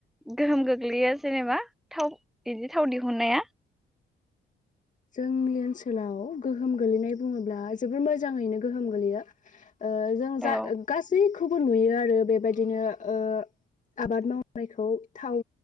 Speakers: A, in the centre; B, on the left.
A: गोहोम गोग्लैयो जेनेबा थाव बिदि थाव दिहुननाया
B: जोंनि ओनसोलाव गोहोम गोल्लैनाय बुङोब्ला जोबोर मोजाङैनो गोहोम गोलैयो ओ जों जा
A: औ
B: गासै खौबो नुयो आरो बेबायदिनो ओ आबाद मावनायखौ थाव